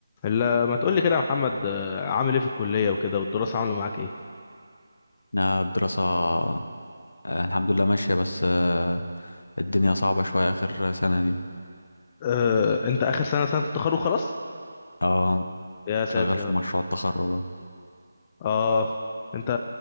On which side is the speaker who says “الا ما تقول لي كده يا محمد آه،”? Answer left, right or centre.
Left